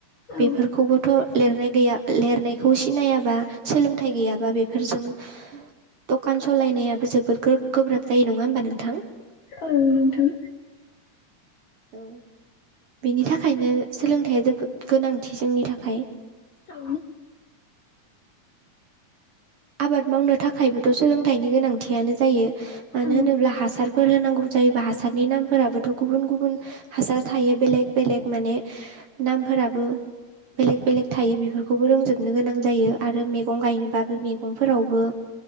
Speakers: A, on the left; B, on the right.
A: औ
B: बेफोरखौबोथ' लिरनाय गैया लिरनायखौ सिनायाबा सोलोंथाइ गैयाबा बेफोरजों दखान सालायनायाबो जोबोद गोब्राब जायो नङा होमबा नोंथां?
A: औ नोंथां।
B: औ बेनि थाखायनो सोलोंथाइया जोबोद गोनांथि जोंनि थाखाय।
A: औ
B: आबाद मावनो थाखायबोथ' सोलोंथाइनि गोनांथियानो जायो मानो
A: औ
B: होनोब्ला हासार फोर होनांगौ जायोबा हासारनि नामफोराबोथ' गुबुन गुबुन हासार थायो बेलेग बेलेग माने नामफोराबो बेलेक बेलेग थायो बेफोर बेखौबो रोंजोबनो गोनां जायो आरो मैगं गायनोबाबो मैगंफोरावबो